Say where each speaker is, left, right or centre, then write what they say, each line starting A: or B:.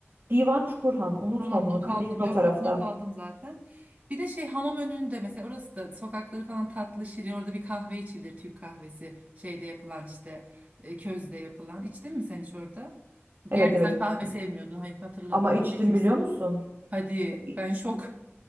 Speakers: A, on the right; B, on the right.
A: Divan Çukurhan unutma
B: Tamam
A: bunu.
B: not
A: Kalenin
B: aldım.
A: o
B: Yok
A: tarafta.
B: yok not aldım zaten. Bir de şey hamam önünde mesela orası da sokakları falan tatlı şirin. Orada bir kahve içilir Türk kahvesi. Şeyde yapılan işte e, közde yapılan. İçtin mi sen hiç orada? Gerçi
A: Evet evet
B: sen kahve
A: kum.
B: sevmiyordun. Hayır hatırladım.
A: Ama içtim
B: Bitmiş.
A: biliyor musun?
B: Hadi
A: İ-
B: ben şok.